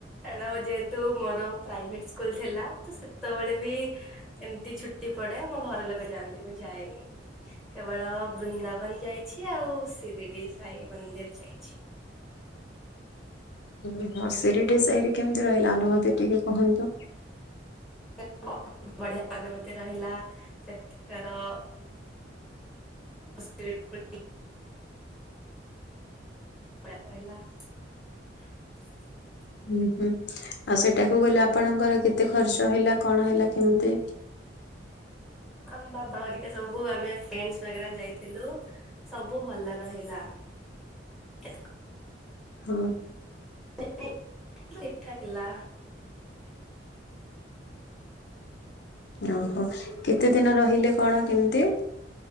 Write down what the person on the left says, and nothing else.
ଓହୋ ସରିଡି ସାଇରେ କେମିତି ରହିଲା ଅନୁଭୂତି ଟିକେ କୁହନ୍ତୁ।
ହୁଁ ହୁଁ ଆଉ ସେଟାକୁ ଗଲେ ଆପଣଙ୍କର କେତେ ଖର୍ଚ୍ଚ ହେଲା, କଣ ହେଲା କେମିତି?
ହଁ
ଓହୋ କେତେ ଦିନ ରହିଲେ କଣ କେମିତି?